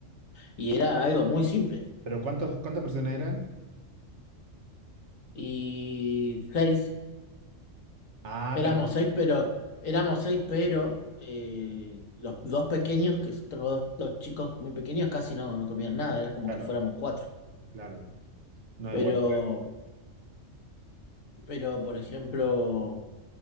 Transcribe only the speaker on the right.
¿Pero cuántos, cuántas personas eran?
Ah,
pero
claro,
claro. No
igual.